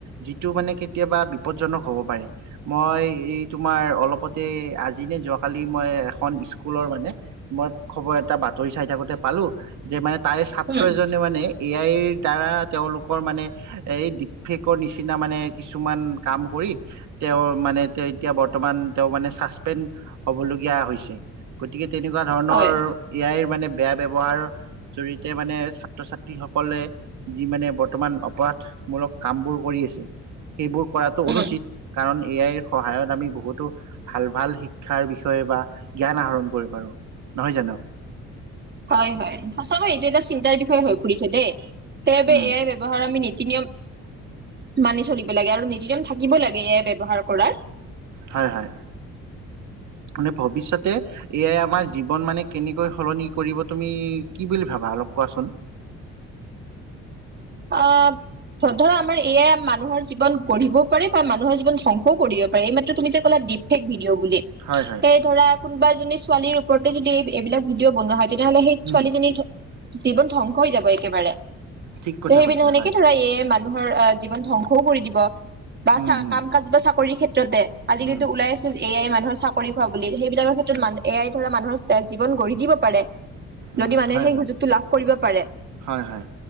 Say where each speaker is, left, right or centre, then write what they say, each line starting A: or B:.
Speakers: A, on the right; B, on the right.
A: যিটো মানে কেতিয়াবা বিপদজনক হ'ব পাৰে মই এই তোমাৰ অলপতে আজি নে যোৱাকালি মই এখন স্কুলৰ মানে মই খবৰ এটা পালো। তৰি চাই থাকোতে পালো। যে মাই। তাৰে ছাত্ৰ
B: উম
A: এজনে মানে এ আইৰ। দাৰা তেওঁলোকৰ মানে এই ডপেকৰ নিচিনা মানে কিছুমান কাম কৰি তেওঁ মানে তে এতিয়া বৰ্তমান তেওঁ মানে ছাচপেণ্ড হবলগীয়া হৈছে। গতিকে তেনেকুৱা ধৰণৰ
B: হয়
A: এ আইৰ মানে বেয়া ব্যৱহাৰ জৰিয়তে মানে ছাত্ৰ ছাত্ৰীসকলে যি মানে বৰ্তমান অপৰাধমূলক কামবোৰ কৰি আছে। সেইবোৰ কৰাটো
B: উম
A: অনুচিত কাৰণ এ আইৰ সহায়ত আমি বহুতো ভাল ভাল শিক্ষাৰ বিষয়ে বা জ্ঞান আহৰণ কৰিব পাৰো নহয় জানো।
B: হয় হয় সঁচাকৈ এইটো এটা চিন্তাৰ বিষয়ে হৈ পৰিছে দেই সেইবাবে
A: উম
B: এই আইৰ‌ ব্যৱহাৰ আমি নিশ্চয় নীতি নিয়ম মানি চলিব লাগে আৰু নীতি নিয়ম থাকিবয়ে লাগে এই আইৰ ব্যৱহাৰ কৰাৰ।
A: হয় হয় মানে ভৱিষ্যতে এ আইয়ে আমাৰ জীৱন মানে কেনেকৈ সলনি কৰিব তুমি কি বুলি ভাবা অলপ কোৱাচোন
B: অ ধ ধৰা আমাৰ এ আইৰ মানুহৰ জীৱন গঢ়িবও পাৰে বা মানুহৰ জীৱন ধংসও কৰিব পাৰে এই মাত্ৰ তুমি যে ক'লা ডিপফেক দিও বুলি
A: হয়
B: সেই
A: হয়
B: ধৰা কোনোবা এইজনী <unintelligible> ছোৱালীৰ ওপৰতে যদি এইবিলাক ভিডিঅ বনোৱা হয় তেতিয়া হ'লে সেই ছোৱালীজনীৰ
A: উম
B: জীৱন ধ্বংস হৈ যাব একেবাৰে
A: ঠিক কথা
B: ত সেইবিনা
A: কৈছা
B: সেনেকে
A: হয়
B: ধৰা এ আই মানুহৰ অ জীৱন ধ্বংসও কৰি দিব বা
A: উম
B: চা
A: উম
B: কাম কাজ বা চাকৰিৰ ক্ষেত্ৰত আধিক উল আজি
A: উম
B: কিন্তু ওলাইছে এ আই মানুহৰ চাকৰি খোৱা বুলি সেই তেনেক্ষেত্ৰ
A: হয়
B: মানে এয়াই ধৰা মানুহৰ জীৱন গঢ়ি দিব পাৰে। যদি
A: উম
B: মানুহে
A: হয়
B: সেই
A: হয়
B: সুযোগটো লাভ কৰিব পাৰে
A: হয় হয়